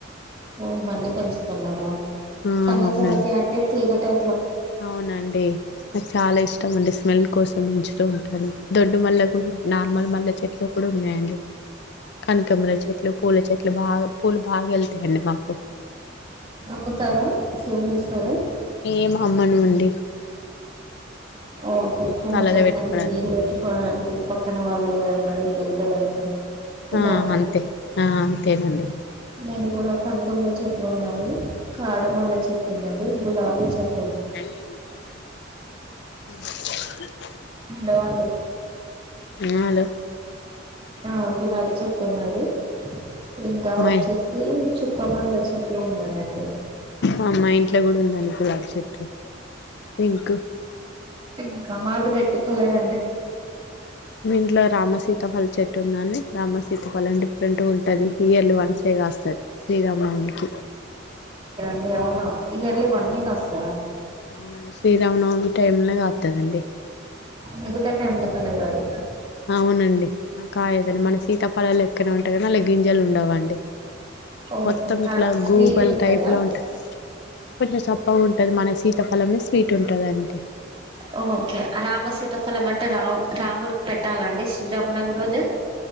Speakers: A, on the right; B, on the left.
A: ఓ ఇ మన్నీ పెంచుతున్నారా
B: ఆ
A: సన్నజాతి
B: అవునండి
A: అంటే తీగటై
B: అవునండి నాకు చాలా ఇష్టం అండి స్మెల్ కోసం మించుతూ ఉంటాను దొడ్డు మల్లా కూడా నార్మల్ మల్ల చెట్లు కూడా ఉన్నాయండి కనకమ్మల చెట్లు పూల చెట్లు బాగా పూలు బాగా వెళ్తాయండి మాకు
A: అమ్ముతారా సేల్ తీసారు
B: ఏం అమ్మను ఉండి
A: ఓ పూజ
B: తలలో పెట్టుకోవడానికి
A: వేరు పెట్టుకోవడానికి పక్కన వాళ్ళ విరంగాల తెయబడము ఇలాంటి
B: ఆ అంతే ఆ అంతేనండి
A: ఇ కూడా కనకాంబరం చెట్లు ఉన్నాయి కాడమల్ల చెట్లు ఉన్నాండి గులాబీ చెట్
B: <unintelligible> <unintelligible>
A: బోగుండి
B: హలో
A: ఆ గులాబీ చెట్టు ఉన్నది ఇంకా
B: మై
A: వచ్చేసి చుక్కమల్లె చెట్లు ఉన్నాయండి
B: ఆ మా ఇంట్లో కూడా ఉన్నాలి గులాబి చెట్టు పింక్
A: అకామ్ మా అది రెడ్ కలర్ అండి
B: మీ ఇంట్లో రామ సీత ఫలి చెట్టు ఉందని రామ సీతా ఫలం డిఫరెంట్గా ఉంటు ఉంటది ఇయర్లు వన్సేగాస్తది శ్రీరామనవమికి
A: అ అవును ఇ అల్ వన్క్స్తద
B: అవునండి శ్రీరామనవమి టైంనే కాతుదండి
A: మగతా టైమ్ లో కాల కాదు
B: అవునండి ఆ కాయదని మన సీతాపలాాలు ఎక్కన ఉంటాయి కనీ అలా గింజలు ఉండవండి
A: ఓకే
B: మొత్తం
A: కానీ
B: ఇట్లా
A: స్వీట్గా
B: గూగుల్
A: ఉంటదా
B: టైప్ లో ఉంటుంది కొంచెం చప్పగా ఉంటుది మన సీత అలమే స్ట్ ఉంటుందండి
A: ఓహఓకే రామసీతఫలం అంటే రా రాముడుకి పెట్టాలండి శ్రీరాములం రోజు